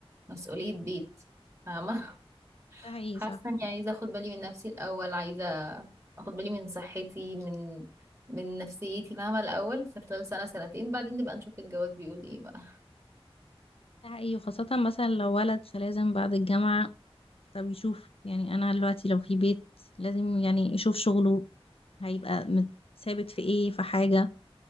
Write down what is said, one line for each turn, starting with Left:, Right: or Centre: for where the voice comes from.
Right: مسؤوليه بيت فاهمه <laughs>
Left: ده حقيقي
Right: حاسه
Left: صح
Right: اني عايزه اخد بالي من نفسي الاول عايزه اخد بالي من صحتي من من نفسيتي فاهمه الاول في خلال سنه سنتين بعدين نبقى نشوف الجواز بيقول ايه بقى
Left: ده حقيقي وخاصة مثلا لو ولد فلازم بعد الجامعة طب يشوف يعني انا دلوقتي لو في بيت لازم يعني يشوف شغله هيبقى مت- ثابت في ايه في حاجة